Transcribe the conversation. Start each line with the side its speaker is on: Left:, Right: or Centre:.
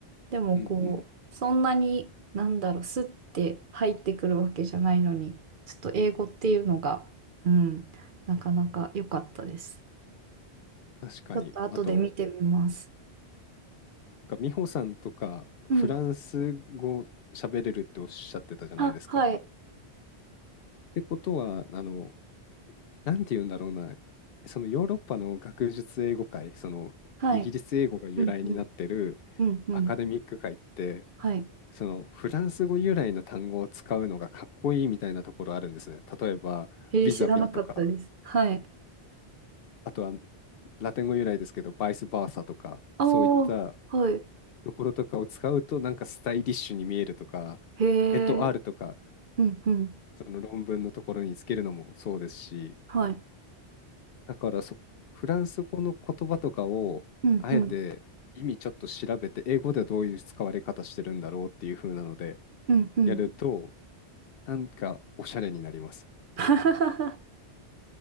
Right: でもこう、
Left: うんうん。
Right: そんなに、なんだろう、スッて入ってくるわけじゃないのに、ちょっと英語っていうのが、うん、なかなか良かったです。
Left: 確かに。
Right: ちょっと後で見てみます。
Left: あと、なんか美穂さんとかフランス語喋れるっておっしゃってたじゃないですか。
Right: うん。あ、はい、
Left: ってことは、あの、なんて言うんだろうな、そのヨーロッパの学術英語界、そのイギリス英語が由来になってる
Right: はい。うんうん、うんうん、
Left: アカデミック界って、
Right: はい。
Left: そのフランス語由来の単語を使うのがかっこいいみたいなところあるんですね。例えば、
Right: へえー、
Left: ビザビとか、
Right: 知らなかったです。はい。
Left: あとはラテン語由来ですけど、バイスバーサとか、
Right: ああ、
Left: そういった
Right: はい。
Left: ところとかを使うと、なんかスタイリッシュに見えるとか、
Right: へえ、
Left: エトアールとか
Right: うんうん。
Left: その論文のところにつけるのもそうですし、
Right: はい。
Left: だからそ、フランス語の言葉とかを、
Right: うんうん。
Left: あえて意味ちょっと調べて、英語ではどういう使われ方してるんだろうっていう風なので、
Right: うんうん。
Left: やると、なんかおしゃれになります。
Right: <laughs>